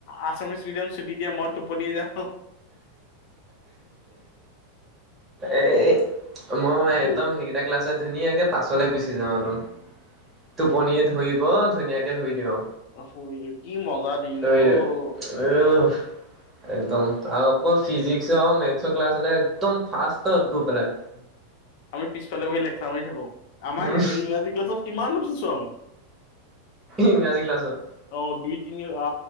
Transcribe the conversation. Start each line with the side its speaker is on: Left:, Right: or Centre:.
Left: আমি ছুটি দিয়া, মই টোপনি যাওঁ।
Right: এ, মই
Left: শু-
Right: একদম সেইকেইটা ক্লাছত ধুনীয়াকে পাছলে গুচি যাওঁ একদম। টোপনি ধুইব ধুনীয়াকে শুই দিওঁ।
Left: অ, ফ, কি মজা দিন
Right: আৰু।
Left: অ'।
Right: উহ একদম আৰু আকৌ ফিজিক মেথৰ ক্লাছ হ'লে একদম ফ, গৈ পেলাই।
Left: <inaudible> উম। আমি পিছফালে বহি লেকচাৰ মাৰি থাকো। আমাক
Right: উম
Left: ইংৰাজী ক্লাছত কিমান উঠিছো আমি
Right: ইংৰাজী ক্লাছত।
Left: অ, দুই, তিনি অ,